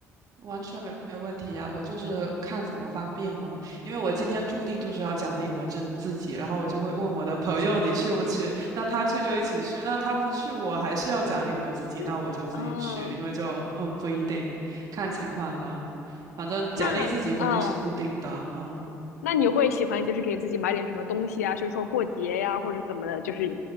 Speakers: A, on the right; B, on the left.
A: 完全没没问题呀，我就是看怎么方便嘛。因为我今天注定就是要奖励我自自己，然后我就会问我的朋友你去不去？那他去就一起去，那他不去我还是要奖励我自己，
B: 对啊，
A: 那我就自己去，因为就嗯不一定，看情况的。反正奖励自己肯定是固定的，
B: 那啊，嗯
A: 嗯
B: 那你会喜欢就是给自己买点什么东西啊？就是说过节呀、或者怎么的，就是